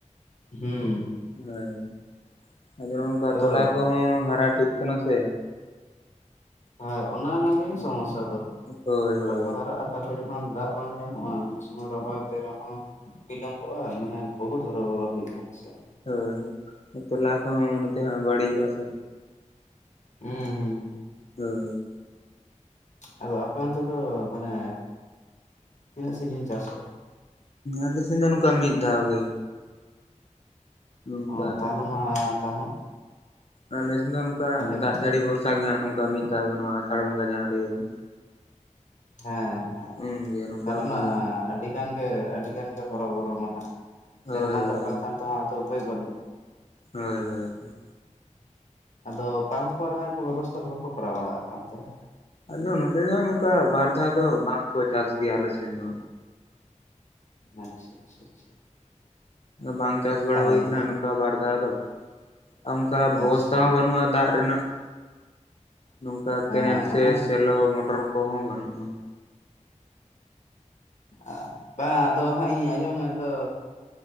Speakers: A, on the left; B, on the left.
A: ᱦᱩᱸ
B: ᱦᱮᱸ ᱟᱫᱚ ᱱᱚᱜᱼᱚᱝᱠᱟ
A: ᱟᱫᱚ
B: ᱛᱚᱞᱟ ᱠᱚᱦᱚᱸ ᱦᱟᱨᱟ ᱴᱷᱤᱠ ᱠᱟᱱᱟ ᱥᱮ᱾
A: ᱦᱮᱸ ᱚᱱᱟ ᱚᱱᱟᱜᱮ ᱥᱚᱢᱚᱥᱥᱟ ᱫᱚᱦᱟᱸᱜ
B: ᱦᱳᱭ
A: ᱛᱚᱞᱟ
B: ᱦᱳᱭ
A: ᱠᱚ ᱦᱟᱨᱟᱜᱼᱟ᱾ ᱛᱟᱯᱚᱨᱮ ᱡᱚᱠᱷᱚᱱ ᱫᱟᱜ ᱵᱟᱝ ᱧᱟᱢᱚᱜᱼᱟ ᱩᱱ ᱥᱚᱢᱚᱭ ᱨᱚᱦᱚᱭ ᱛᱮ ᱨᱮᱦᱚᱸ ᱵᱤᱞᱚᱢᱵᱚᱜᱼᱟ ᱢᱟᱱᱮ ᱵᱚᱦᱩᱛ ᱦᱚᱨᱚᱵᱚᱨᱚ ᱦᱩᱭᱩᱜᱼᱟ ᱦᱮᱸᱥᱮ᱾
B: ᱦᱳᱭ ᱛᱚᱞᱟ ᱠᱚᱦᱚᱸ ᱱᱚᱛᱮ ᱦᱟᱸᱜ ᱵᱟᱹᱲᱤᱡᱚᱜᱼᱟ ᱥᱮ᱾
A: ᱦᱩᱸ ᱦᱩᱸ
B: ᱦᱳᱭ
A: ᱟᱫᱚ ᱟᱯᱮ ᱚᱱᱛᱮ ᱫᱚ ᱢᱟᱱᱮ ᱛᱤᱱᱟᱹᱜ ᱥᱤᱡᱤᱱ ᱪᱟᱥᱚᱜ?
B: ᱟᱞᱮᱥᱮᱧ ᱫᱚ ᱱᱚᱝᱠᱟ ᱢᱤᱫ ᱫᱷᱟᱣ ᱜᱮ᱾ ᱱᱚᱝᱠᱟ
A: ᱚ ᱛᱟᱦᱞᱮ ᱢᱟ ᱛᱟᱶᱦᱚᱸ
B: ᱟᱞᱮᱥᱮᱱ ᱫᱚ ᱱᱚᱝᱠᱟ
A: ᱢᱮ
B: ᱫᱟᱜ ᱡᱟᱹᱲᱤ ᱵᱷᱚᱨᱥᱟ ᱜᱮ ᱦᱟᱸᱜ ᱱᱚᱝᱠᱟ ᱢᱤᱫ ᱫᱷᱟᱣ ᱜᱮ ᱱᱚᱣᱟ ᱟᱥᱟᱲ ᱵᱚᱸᱜᱟ ᱡᱟᱦᱟᱸ ᱞᱟᱹᱭ ᱭᱟᱵᱚᱱ᱾
A: ᱦᱮᱸ ᱦᱮᱸ
B: ᱩᱱᱜᱮ ᱱᱚᱝᱠᱟ
A: ᱛᱟᱦᱚᱞᱮ
B: ᱵᱟᱨ
A: ᱢᱟ ᱟᱹᱰᱤ ᱜᱟᱱ ᱜᱮ ᱟᱹᱰᱤ ᱜᱟᱱ ᱜᱮ ᱦᱚᱨᱚᱵᱚᱨᱚ ᱢᱟ ᱦᱟᱸᱜ
B: ᱦᱳᱭ
A: ᱥᱮᱨᱢᱟ
B: ᱦᱳᱭ
A: ᱫᱟᱜ ᱵᱟᱝᱠᱷᱟᱱ ᱫᱚ ᱩᱯᱟᱹᱭ ᱵᱟᱹᱱᱩᱜᱼᱟ᱾
B: ᱦᱳᱭ ᱦᱳᱭ ᱦᱳᱭ
A: ᱟᱫᱚ ᱯᱟᱢᱯ ᱠᱚᱣᱟᱜ ᱨᱮᱱᱟᱜ ᱠᱚ ᱵᱮᱵᱚᱥᱛᱷᱟ ᱫᱚ ᱵᱟᱠᱚ ᱠᱚᱨᱟᱣ ᱵᱟᱲᱟ ᱟᱠᱟᱜᱼᱟ ᱚᱱᱛᱮ ᱨᱮ?
B: ᱟᱫᱚ ᱱᱚᱛᱮ ᱫᱚ ᱱᱚᱝᱠᱟ ᱵᱟᱨ ᱫᱷᱟᱣ ᱫᱚ ᱵᱟᱝᱠᱚ ᱪᱟᱥ ᱜᱮᱭᱟ ᱟᱞᱮᱥᱮᱫ ᱫᱚ᱾
A: ᱟᱪᱪᱷᱟ ᱟᱪᱪᱷᱟ ᱟᱪᱪᱷᱟ
B: ᱵᱟᱝ ᱪᱟᱥ ᱵᱟᱲᱟ
A: ᱟᱞᱮ
B: ᱦᱩᱭ
A: ᱱᱚᱛᱮ
B: ᱠᱟᱱᱟ ᱱᱚᱝᱠᱟ ᱵᱟᱨ ᱫᱷᱟᱣ ᱫᱚ᱾ ᱚᱱᱠᱟ ᱵᱮᱵᱚᱥᱛᱷᱟ
A: ᱟᱪᱪᱷᱟ
B: ᱦᱚᱸ ᱵᱟᱹᱱᱩᱜᱼᱟ ᱫᱟᱜ ᱨᱮᱱᱟᱜ ᱾ ᱱᱚᱝᱠᱟ
A: ᱦᱮᱸ
B: ᱠᱮᱱᱮᱞ ᱥᱮ
A: ᱚᱱᱟᱜᱮ
B: ᱥᱮᱞᱚ ᱢᱚᱴᱚᱨ ᱠᱚᱦᱚᱸ ᱵᱟᱹᱱᱩᱜᱼᱟ ᱾
A: ᱟᱻ ᱵᱟᱝ ᱟᱫᱚ ᱦᱟᱸᱜ ᱤᱧ ᱟᱸᱡᱚᱢᱮᱫ ᱫᱚᱻ